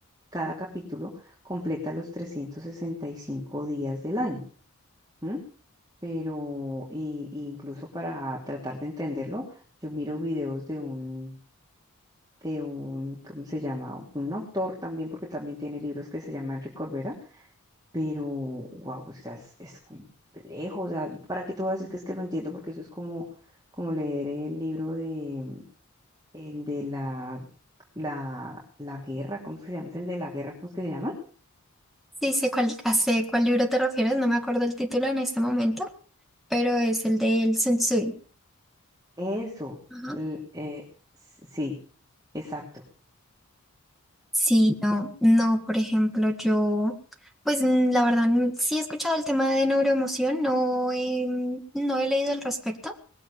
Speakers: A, on the right; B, in the centre.
A: cada capítulo, completa los 365 días del año, ¿m? Pero y, y incluso para tratar de entenderlo, yo miro videos de un de un, ¿cómo se llama? Un autor también, porque también tiene libros que se llama Enrique Corbera, pero, wow, o sea, es, es complejo, o sea, ¿para qué te voy a decir que es que lo entiendo? Porque eso es como, como leer el libro de, el de la, la, la guerra, ¿cómo es que se llama? ¿Es el de la guerra? ¿Cómo es que se llama?
B: Sí, sé cuál, hace cuál libro te refieres, no me acuerdo el título en este momento, pero es el de El Sensui.
A: Eso,
B: Ajá.
A: l- eh, s- sí, exacto.
B: Sí, no, no, por ejemplo, yo, pues mm, la verdad, mm, sí he escuchado el tema de neuroemoción, no, he- mm, no he leído al respecto.